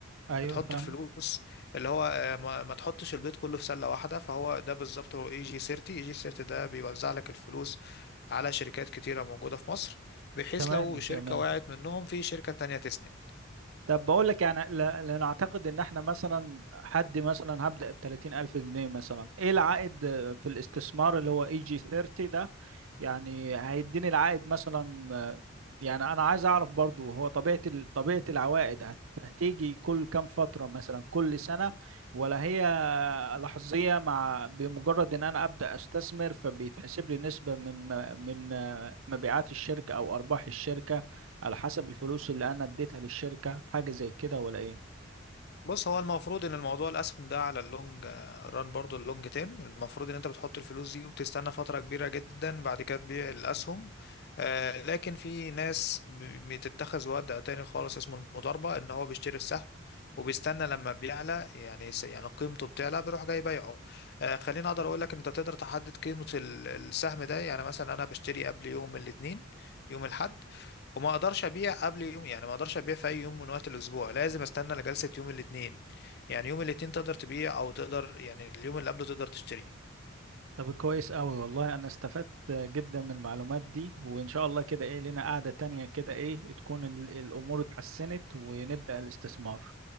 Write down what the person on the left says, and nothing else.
بتحط
الفلوس اللي هو آه، ما, ما تحطش البيض كله في سلة واحدة فهو ده بالظبط هو اي جي 30 اي جي 30 ده بيوزع لك الفلوس على شركات كتيرة موجودة في مصر بحيث
لو شركة
وقعت منهم في شركة تانية تسند
بص هو المفروض ان الموضوع الاسهم ده على اللونج آه، ران برضو اللونج تيرم المفروض ان انت بتحط الفلوس دي وبتستنى فترة كبيرة جدا بعد كده تبيع الاسهم آه، لكن في ناس ب- بتتخذ وضع تاني خالص اسمه المضاربة ان هو بيشتري السهم وبيستنى لما بيعلى يعني س- يعني قيمته بتعلى بيروح جاي بيعه آه، خليني اقدر اقول لك انت تقدر تحدد قيمة ال- السهم ده يعني مثلا انا بشتري قبل يوم الاثنين يوم الاحد وما اقدرش ابيع قبل يوم يعني ما اقدرش ابيع في اي يوم من وقت الاسبوع لازم استنى لجلسة يوم الاثنين يعني يوم الاثنين تقدر تبيع او تقدر يعني اليوم اللي قبله تقدر تشتري